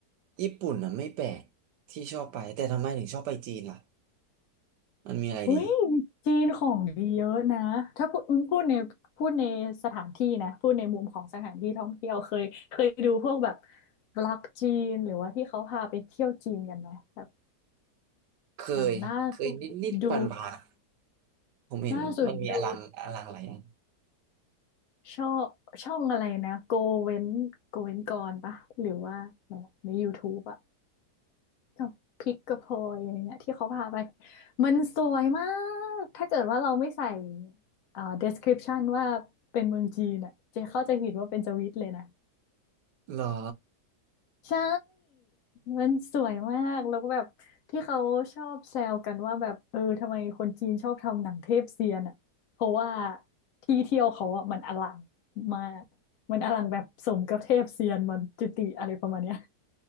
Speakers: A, on the right; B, on the left.
A: ญี่ปุ่นอ่ะไม่แปลกที่ชอบไปแต่ทำไมถึงชอบไปจีนล่ะมันมีอะไรดี
B: อุ้ยจีนของดีเยอะนะถ้าพูดพูดในพูดในสถานที่นะพูดในมุมของสถานที่ท่องเที่ยวเคยเคยดูพวกแบบบล็อกจีนหรือว่าที่เขาพาไปเที่ยวจีนกันไหมแบบ
A: เคยเคยนิดนิดปันผ่าน
B: อย่างล่าสุดดู
A: ๆผมเห็นมันมีอลังอลังอะไรอะ
B: ล่าสุดดูช่องช่องอะไรนะโกเว้นโกเว้นกรปะหรือว่าอะไรวะใน YouTube อะ กับพริกกระเพยอะไรเงี้ยที่เขาพาไปมันสวยมากถ้าเกิดว่าเราไม่ใส่เอ่อ description ว่าเป็นเมืองจีนอ่ะเจะเข้าใจผิดว่าเป็นสวิตเลยนะ
A: เหรอ
B: ใช่มันสวยมากแล้วก็แบบที่เขาชอบแซวกันว่าแบบเออทำไมคนจีนชอบทำหนังเทพเซียนอ่ะเพราะว่าที่เที่ยวเขาอ่ะมันอลังมากมันอลังแบบสมกับเทพเซียนมันจุติอะไรประมาณเนี้ย